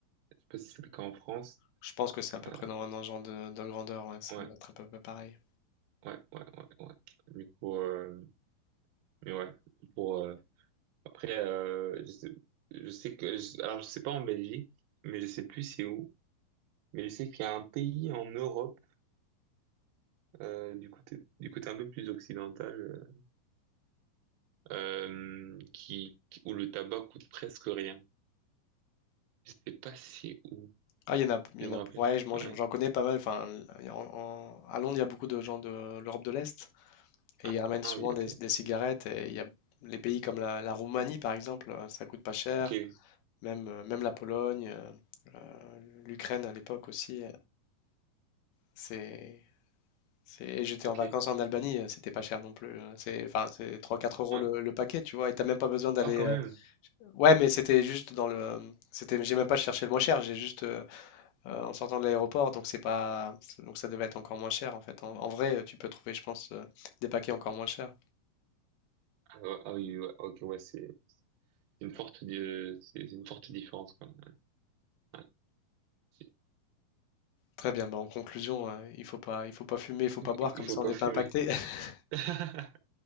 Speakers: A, on the right (about 75°); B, on the left (about 80°).
A: Je sais pas si c'est le cas en France.
B: Je pense que c'est à peu
A: Euh,
B: près dans, dans ce genre de, de grandeur, ouais, ça
A: ouais,
B: doit être à peu près pareil.
A: ouais, ouais, ouais, ouais. Du coup, euh, mais ouais, pour, euh, après, euh, je sais, je sais que, je- alors je sais pas en Belgique, mais je sais plus c'est où, mais je sais qu'il y a un pays en Europe, euh, du côté, du côté un peu plus occidental, euh, euh, qui, qui- où le tabac coûte presque rien. Je sais pas si c'est où.
B: Ah, il y en a, il
A: Je
B: y en
A: me
B: a,
A: rappelle.
B: ouais, je- moi,
A: Ouais.
B: j'en j'en connais pas mal. Enfin, il y a- en- en- à Londres, il y a beaucoup de gens de l'Europe de l'Est et
A: Ah,
B: ils ramènent
A: ah
B: souvent
A: oui, ok.
B: des, des cigarettes. Et il y a les pays comme la, la Roumanie, par exemple, euh, ça coûte pas cher.
A: Ok, oui.
B: Même, euh, même la Pologne, euh, euh, l'Ukraine à l'époque aussi, euh, c'est, c'est... et J'étais
A: ok.
B: en vacances en Albanie, euh, c'était pas cher non plus. euh, C'est, enfin, c'est trois quatre euros
A: Ouais.
B: le, le paquet, tu vois, et t'as même pas besoin d'aller...
A: Ah, quand
B: euh,
A: même.
B: Ouais, mais c'était juste dans le... C'était... J'ai même pas cherché le moins cher, j'ai juste... euh, euh, en sortant de l'aéroport, donc c'est pas... Donc ça devait être encore moins cher, en fait. En, en vrai, tu peux trouver, je pense, euh, des paquets encore moins chers.
A: Ah, ouais, ah oui, ouais, ok, ouais, c'est c'est une forte, di- c'est c'est une forte différence quand même. Ouais. C'est-
B: Très bien, bah en conclusion, euh, il faut pas, il faut pas fumer, il faut pas boire,
A: Il
B: comme
A: faut
B: ça
A: pas
B: on n'est
A: fumer.
B: pas impacté. <laughs>
A: <laughs>